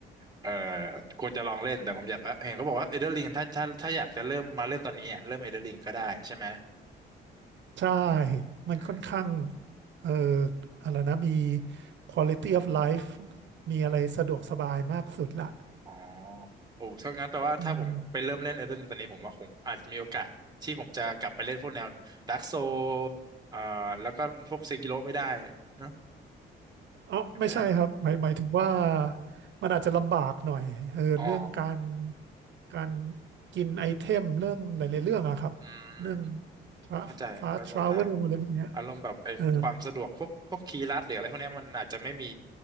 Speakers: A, on the right; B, on the right.
A: เออควรจะลองเล่นแต่ผมอยากเห็นเขาบอกว่าเอเดอร์ลิงถ้าถ้าถ้าอยากจะเริ่มมาเริ่มตอนนี้อ่ะเริ่มเอเดอร์ลิงก็ได้ใช่ไหม
B: ใช่มันค่อนข้าง
A: อืม
B: เอ่ออะไรนะมี quality of life มีอะไรสะดวกสบายมากสุดละ
A: อ๋อโอ้ถ้างั้นแปลว่าถ้าผมไปเริ่มเล่นเอเดอร์ลิงตอนนี้ผมว่าผมอาจจะมีโอกาสที่ผมจะกลับไปเล่นพวกแนวดาร์กโซ
B: อืม
A: เอ่อแล้วก็พวกเซกิโลไม่ได้เนอะ
B: เอ๋อไม่ใช่ครับหมายหมายถึงว่า
A: แต่ไม่ได้
B: มันอาจจะลำบากหน่อยเออเรื่องการ
A: อ๋อ
B: การกินไอเทมเรื่องหลายๆเรื่องอะครับเรื่อง
A: อืม
B: ฟ้าฟ้าทราเวลอะไรพวกเนี้ย
A: เข้าใจ เข้าใจได้อารมณ์แบบไอ้ความสะดวกพวกพวกคีย์ลัดหรืออะไรพวกเนี้ยมันอาจจะไม่มี
B: เออ